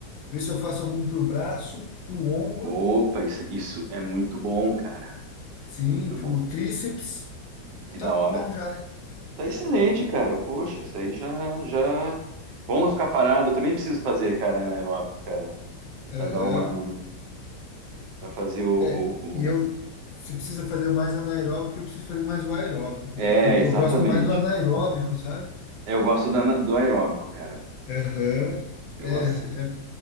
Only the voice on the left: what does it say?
ver se eu faço algum pro braço, pro ombro,
sim,
pro
tríceps.
Tá
bom já, né?
Aham.
É,
e eu, se precisa fazer mais anaeróbico, eu preciso fazer mais o aeróbico também,
que eu,
eu gosto mais do anaeróbico, sabe?
Aham.
É,
é,